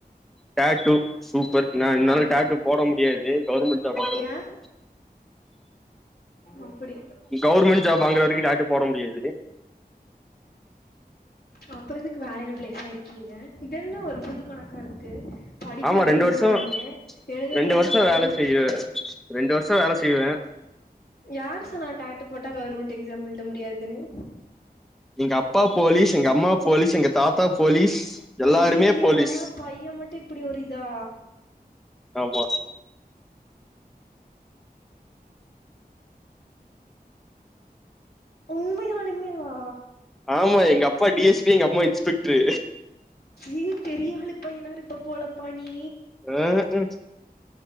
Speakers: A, in the centre; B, on the left (about 75°).
A: டாட்டு சூப்பர் நா என்னால
B: ஆமா
A: டாட்டு போட முடியாது கவர்மெண்ட் ஜாப் வாங்குற
B: ஏ
A: வரைக்கு
B: அப்படி
A: கவர்மெண்ட் ஜாப் வாங்குற வரைக்கு டாட்டு போட முடியாது
B: அப்பற எதுக்கு வேலைல பிளேஸாயிருக்கீங்க இதென்ன ஒரு புதுக்கணக்கா இருக்கு படிக்கிறது
A: ஆமா ரெண்டு
B: இன்ஜினியரிங்கு
A: வருஷோ
B: எழுத
A: ரெண்டு
B: போறது
A: வருஷோ
B: கவர்மெண்ட்டு
A: வேல செய்வே ரெண்டு வர்ஷ வேல செய்வே
B: யார் சொன்ன டாட்டு போட்டா கவர்மெண்ட் எக்ஸா எழுத முடியாதுன்னு
A: எங்க அப்பா போலீஸ் எங்க அம்மா போலீஸ் எங்க தாத்தா போலீஸ் எல்லாருமே
B: ஐயய்யோ
A: போலீஸ்
B: பைய மட்டு இப்டி ஒரு இதா
A: ஆமா
B: உண்மையாலுமே வா
A: ஆமா எங்க அப்பா டி எஸ் பி எங்க அம்மா இன்ஸ்பெக்ட்ரு
B: ஏ பெரியாளு பையனா இருப்ப போலப்பா நீ
A: ஆ உ